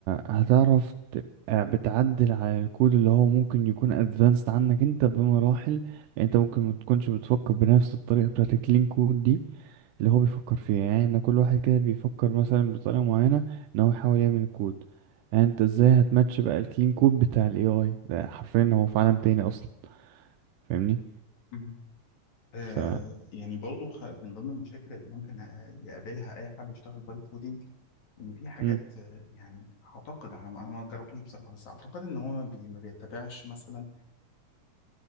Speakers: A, on the right (about 85°); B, on the left (about 60°).
A: هتعرف تبقى بتعدل على الكود اللي هو ممكن يكون ادفانسد عنك انت بمراحل لان انت ممكن ما تكونش بتفكر بنفس الطريقه بتاعت الكلين كود دي اللي هو بيفكر فيها يعني احنا كل واحد كده بيفكر مثلا بطريقه معينه ان هو يحاول يعمل الكود يعني انت ازاي هتماتش بقى الكلين كود بتاع الاي اي ده حرفيا هو في عالم تاني اصلا فاهمني
B: مم. آه
A: ف
B: يعني برضو خ- من ضمن المشاكل اللي ممكن يقابلها اي حد بيشتغل بايب كودينج ان في حاجات
A: مم.
B: آه، يعني اعتقد انا ما- انا ما جربتوش بصراحه بس اعتقد ان هو ما بي ما بيتبعش مثلا